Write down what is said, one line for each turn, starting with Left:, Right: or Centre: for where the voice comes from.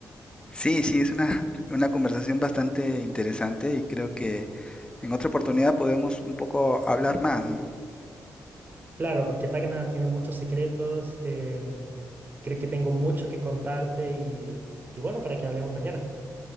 Left: Sí, sí, es una, una conversación bastante interesante y creo que en otra oportunidad podemos un poco hablar más, ¿no?
Right: Claro, porque Tacna tiene muchos secretos, em, creo que tengo mucho que contarte y, y bueno, para que hablemos mañana.